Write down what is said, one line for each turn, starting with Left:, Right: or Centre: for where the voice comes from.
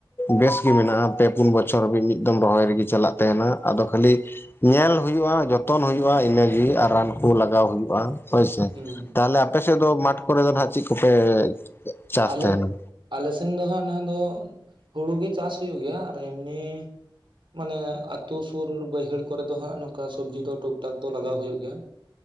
Left: ᱵᱮᱥ ᱜᱮ ᱢᱮᱱᱟᱜᱼᱟ ᱯᱮ ᱯᱩᱱ ᱵᱚᱪᱷᱚᱨ ᱦᱟᱹᱵᱤᱡ ᱢᱤᱫᱚᱢ ᱨᱚᱦᱚᱭ ᱨᱮᱜᱮ ᱪᱟᱞᱟᱜ ᱛᱟᱦᱮᱱᱟ, ᱟᱫᱚ ᱠᱷᱟᱹᱞᱤ ᱧᱮᱞ ᱦᱩᱭᱩᱜᱼᱟ ᱡᱚᱛᱚᱱ ᱦᱩᱭᱩᱜᱼᱟ ᱤᱱᱟᱹᱜᱤ ᱟᱨ ᱨᱟᱱ ᱠᱚ ᱞᱟᱜᱟᱣ ᱦᱩᱭᱩᱜᱼᱟ᱾ ᱦᱳᱭ ᱥᱮ
Right: ᱦᱩᱸ
Left: ᱛᱟᱦᱚᱞᱮ ᱟᱯᱮ ᱥᱮᱫ ᱫᱚ ᱢᱟᱴ ᱠᱚᱨᱮ ᱫᱚ ᱱᱟᱦᱟᱜ ᱪᱤᱜ ᱠᱚᱯᱮ ᱪᱟᱥ
Right: ᱟᱞᱮ
Left: ᱛᱟᱦᱮᱱᱟ
Right: ᱟᱞᱮᱥᱮᱱ ᱫᱚ ᱦᱟᱸᱜ ᱱᱟᱣᱟ ᱫᱚ ᱦᱩᱲᱩ ᱜᱮ ᱪᱟᱥ ᱦᱩᱭᱩᱜ ᱜᱮᱭᱟ ᱟᱨ ᱮᱢᱱᱤ ᱢᱟᱱᱮ ᱟᱛᱩ ᱥᱩᱨ ᱵᱟᱹᱭᱦᱟᱹᱲ ᱠᱚᱨᱮ ᱫᱚ ᱦᱟᱸᱜ ᱱᱚᱝᱠᱟ ᱥᱚᱵᱡᱤ ᱫᱚ ᱴᱩᱠ ᱴᱟᱠ ᱫᱚ ᱞᱟᱜᱟᱣ ᱦᱩᱭᱩᱜ ᱜᱮᱭᱟ᱾